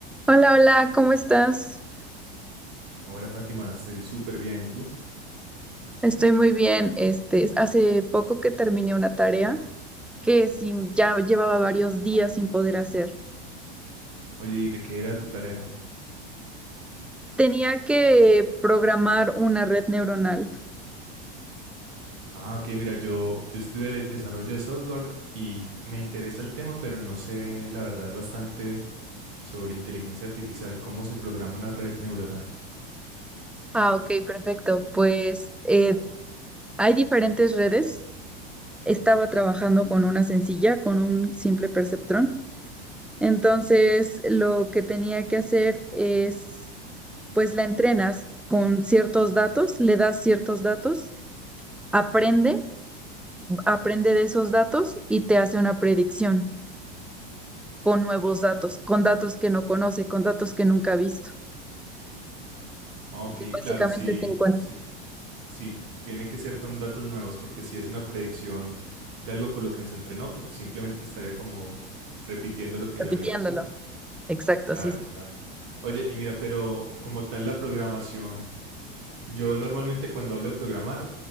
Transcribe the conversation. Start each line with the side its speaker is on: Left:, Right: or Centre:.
Centre: Hola, hola, ¿cómo estás?
Right: Hola Fátima, estoy súper bien. ¿Y tú?
Centre: Estoy muy bien. Este, es- hace poco que terminé una tarea que sí ya llevaba varios días sin poder hacer.
Right: Oye, ¿y de qué era tu tarea?
Centre: Tenía que programar una red neuronal.
Right: Ah, ok, mira, yo, yo estudié de- desarrollo de software y me interesa el tema, pero no sé, la verdad, bastante sobre inteligencia artificial, cómo se programa una red neuronal.
Centre: Ah, ok, perfecto. Pues eh, hay diferentes redes. Estaba trabajando con una sencilla, con un simple perceptrón. Entonces, lo que tenía que hacer es, pues la entrenas con ciertos datos, le das ciertos datos aprende aprende de esos datos y te hace una predicción con nuevos datos, con datos que no conoce, con datos que nunca ha visto.
Right: Ah, Ok,
Centre: Y básicamente
Right: claro, sí,
Centre: te encuentro
Right: sí, sí, tiene que ser con datos nuevos, porque si es una predicción de algo con lo que se entrenó, pues, simplemente estaría como repitiendo lo que
Centre: repitiéndolo.
Right: ya vio, ¿cierto?
Centre: Exacto,
Right: Claro,
Centre: sí, sí.
Right: claro. Oye, y mira, pero como tal la programación Yo normalmente cuando hablo de programar